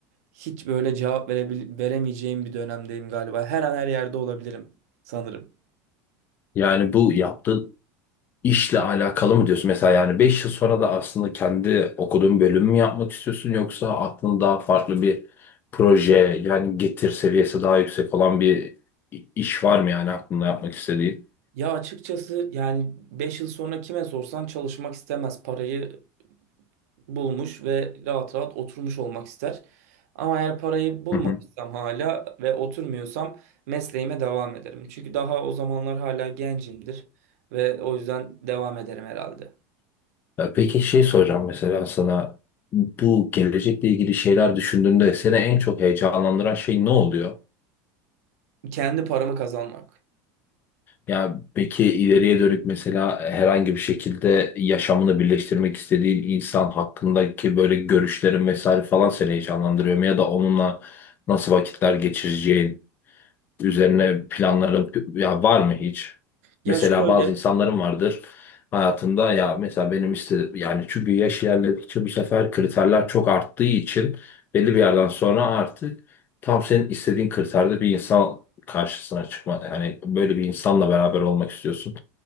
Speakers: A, on the right; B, on the left.
A: hiç böyle cevap verebil veremeyeceğim bir dönemdeyim galiba. Her an her yerde olabilirim sanırım.
B: Yani bu yaptığın işle alakalı mı diyorsun? Mesela yani 5 yıl sonra da aslında kendi okuduğun bölümü mü yapmak istiyorsun yoksa aklında daha farklı bir proje yani getir seviyesi daha yüksek olan bir i- iş var mı yani aklında yapmak istediğin?
A: Ya açıkçası yani 5 yıl sonra kime sorsan çalışmak istemez. Parayı bulmuş ve rahat rahat oturmuş olmak ister. Ama eğer parayı bulmamışsam
B: Hı hı.
A: hala ve oturmuyorsam mesleğime devam ederim. Çünkü daha o zamanlar hala gencimdir ve o yüzden devam ederim herhalde.
B: Ya peki şey soracağım mesela sana bu gelecekle ilgili şeyler düşündüğünde seni en çok heyecanlandıran şey ne oluyor?
A: Kendi paramı kazanmak.
B: Ya peki ileriye dönük mesela herhangi bir şekilde yaşamını birleştirmek istediğin insan hakkındaki böyle görüşlerin vesaire falan seni heyecanlandırıyor mu? Ya da onunla nasıl vakitler geçireceğin? üzerine planların ya var mı hiç?
A: Ya
B: Mesela
A: şöyle,
B: bazı insanların vardır hayatında ya mesela benim işte yani çünkü yaş ilerledikçe bu sefer kriterler çok arttığı için belli bir yerden sonra artık tam senin istediğin kriterde bir insan karşısına çıkma yani böyle bir insanla beraber olmak istiyorsun.